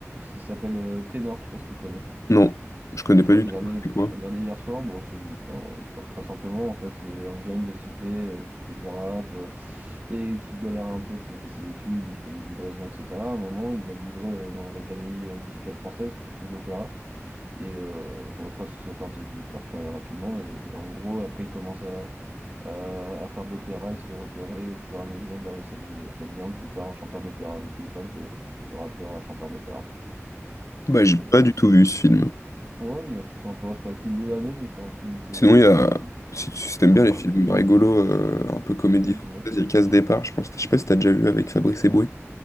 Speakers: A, on the right (about 35°); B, on the left (about 80°).
A: Il s'appelle euh, Ténor, je sais pas si tu connais.
B: Non, je connais pas
A: j'ai
B: du
A: regardé,
B: tout. C'est quoi?
A: j'ai regardé hier soir. Bon, c'est je vais te faire euh, l'histoire très simplement. En fait, c'est un jeune de cité euh, qui fait du rap euh, et qui galère un peu. tu sais, Il fait ses études, il fait des livraisons, etc. À un moment, il va livrer euh, dans l'Académie euh, musicale française qui font de l'opéra. Et euh, bon, quand je suis attends, je vais te faire très rapidement. Et en gros, après, il commence à, à, à faire de l'opéra, il se fait repérer. Au fur et à mesure, bah, ça, de- ça devient plus tard un chanteur d'opéra. Du coup, il passe de, de rappeur à chanteur d'opéra.
B: Bah,
A: Parce
B: j'ai
A: que,
B: pas du tout vu ce film.
A: ouais, non, c'est sympa. C'est pas le film de l'année, mais c'est un film que,
B: Sinon, il y a.
A: que, tu,
B: Si tu si
A: que
B: t'aimes
A: tu peux
B: bien
A: regarder.
B: les films rigolos, euh, un peu comédie
A: Donc,
B: française,
A: dis-moi.
B: il y a Casse Départ, je pense. Je sais pas si t'as déjà vu avec Fabrice Eboué.
A: Donc,